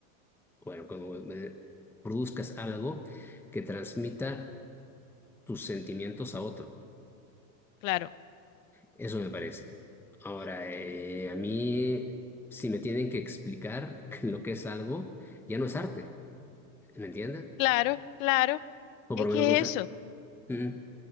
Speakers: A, in the centre; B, on the left.
A: bueno, como me- produzcas algo que transmita tus sentimientos a otro.
B: claro,
A: Eso me parece. Ahora,
B: mm,
A: eh, a mí, si me tienen que explicar <laughs> lo que es algo, ya no es arte, ¿me entiendes?
B: claro, claro.
A: O
B: Es
A: por lo
B: que
A: menos no sé.
B: es eso,
A: Mm,